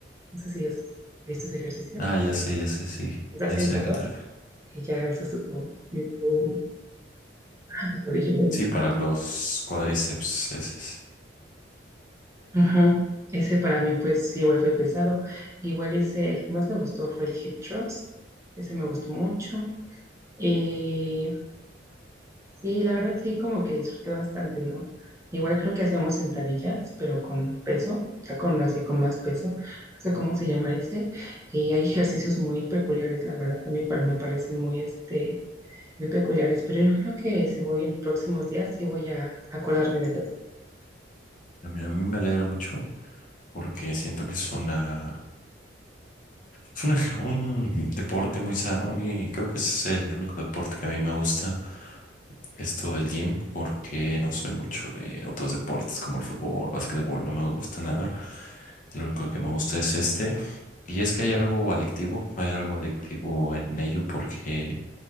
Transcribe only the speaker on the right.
No sé si has visto ese ejercicio.
Estás
sentado
y ya alzas tu, to- tu, pie- tu- ah, tu tobillo, bueno.
ah,
ajá. Ese para mí, pues, sí, igual fue pesado. Igual ese, el que más me gustó fue el hip thrust. Ese me gustó mucho. Eh, Sí, la verdad sí, como que disfruté bastante, ¿no? Igual creo que hacíamos sentadillas, pero con peso, ya con así con más peso, no sé cómo se llama ese, y hay ejercicios muy peculiares, la verdad, también para, me parecen muy, este, muy peculiares, pero yo creo que si voy en próximos días, sí voy a acordarme de todo.